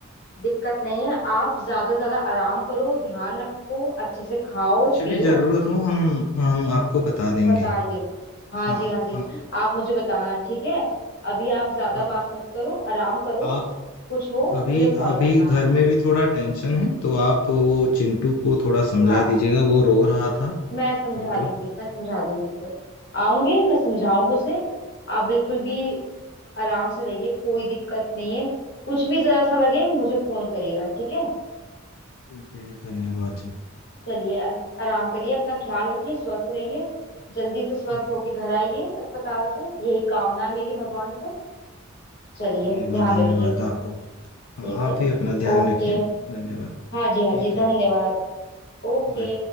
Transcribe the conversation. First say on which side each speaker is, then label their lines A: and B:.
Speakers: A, on the left (about 50°); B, on the left (about 85°).
A: दिक्कत नहीं है आप ज्यादा से ज्यादा आराम करो ध्यान रखो अच्छे से खाओ
B: कुछ
A: पियो
B: भी जरूरत हो हम हम आपको बता देंगे
A: बताइए हाँ
B: हाँ
A: जी हाँ जी
B: हाँ
A: आप मुझे बताना ठीक है अभी आप ज्यादा
B: हाँ
A: बात मत करो आराम करो
B: आप
A: कुछ हो
B: अभी
A: मुझे कॉल
B: अभी
A: करना
B: घर
A: आप
B: में भी थोड़ा टेंशन है तो आप वो चिंटू को थोड़ा समझा
A: हाँ
B: दीजिएगा वो रो रहा था
A: मैं समझा
B: चिंटू
A: दूंगी मैं समझा दूंगी उसे आऊंगी मैं समझाऊंगी उसे आप बिल्कुल भी आराम से रहिए कोई दिक्कत नहीं है कुछ भी जरा सा लगे मुझे फोन करिएगा ठीक है
B: ठीक है धन्यवाद जी
A: चलिए आराम करिए अपना
B: हाँ,
A: ख्याल रखिए स्वस्थ रहिए जल्दी से स्वस्थ
B: हाँ।
A: होके घर आइए अस्पताल से यही कामना है मेरी भगवान से चलिए
B: धन्यवाद,
A: ध्यान
B: धन्यवाद
A: रखिए
B: आपको। हाँ,
A: ठीक
B: आप
A: है
B: भी अपना ध्यान
A: ओके
B: रखिए। धन्यवाद।
A: हाँ जी हाँ
B: ठीक
A: जी धन्यवाद
B: है,
A: ओके
B: बाय।